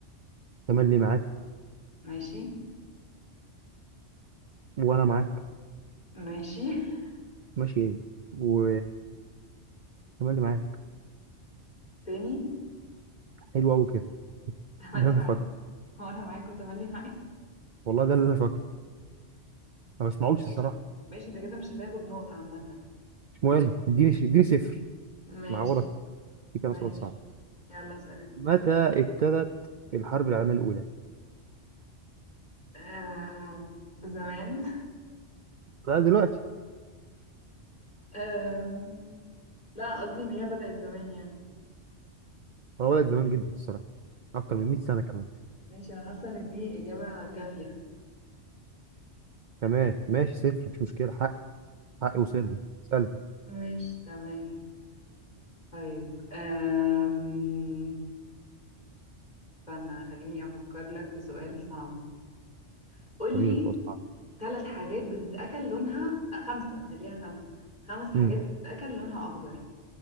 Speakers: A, on the right; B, on the left.
A: تملي معاك
B: ماشي
A: وانا معاك
B: ماشي <laughs>
A: ماشي ايه و تملي معاك
B: تاني
A: حلو قوي كده
B: تملي
A: ده اللي انا
B: معاك
A: فاكره
B: وأنا معاك وتملي معاك
A: والله ده اللي انا فاكره ما بسمعوش
B: ماشي
A: الصراحه
B: ماشي أنت كده مش هتاخد نقطة عامة
A: مش مهم اديني ش- اديني صفر
B: ماشي
A: نعوضك في كده
B: ماشي
A: سؤال صعب
B: يلا اسأل أنت
A: متى ابتدت الحرب العالميه الاولى
B: آم... زمان
A: لا دلوقتي
B: آم... لا قصدي إن هي بدأت زمان يعني
A: هو بدأت زمان جدا الصراحه اكتر من 100 سنه كمان
B: ماشي أنا حاسة إن دي إجابة كافية
A: تمام ماشي صفر مش مشكله حقي حقي وصل لي سالت
B: ماشي تمام طيب آم... استنى خليني أفكر لك في سؤال صعب قولي
A: فريق الفضاء صعب
B: ثلاث حاجات بتتأكل لونها خمسة خليها خمسة خمس حاجات
A: امم
B: بتتأكل لونها أخضر